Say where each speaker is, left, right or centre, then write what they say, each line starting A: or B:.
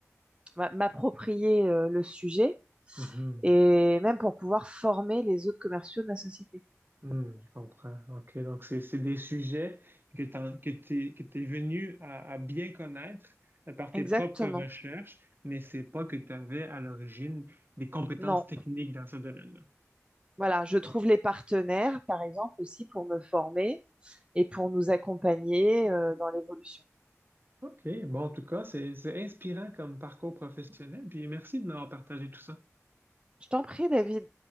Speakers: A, on the right (about 20°); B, on the right (about 40°).
A: m'a- m'approprier euh, le sujet
B: Mhm.
A: et même pour pouvoir former les autres commerciaux de la société.
B: Mhm. je comprends. OK. Donc, c'est c'est des sujets que t'en- que t'es, que t'es venu à, à bien connaître euh, par tes
A: Exactement.
B: propres recherches, mais c'est pas que tu avais à l'origine des compétences
A: Non,
B: techniques dans ce domaine-là.
A: Voilà, je trouve les partenaires, par exemple, aussi pour me former et pour nous accompagner euh, dans l'évolution.
B: OK. Bon, en tout cas, c'est, c'est inspirant comme parcours professionnel. Puis merci de m'avoir partagé tout ça.
A: Je t'en prie, David.